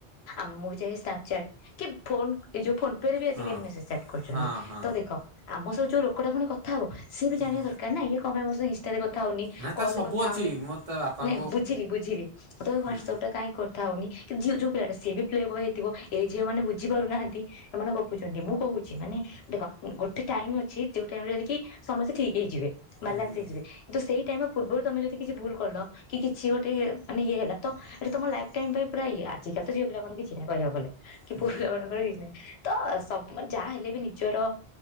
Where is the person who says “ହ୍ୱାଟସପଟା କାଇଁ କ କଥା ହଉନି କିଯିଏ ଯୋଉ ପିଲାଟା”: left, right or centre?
Left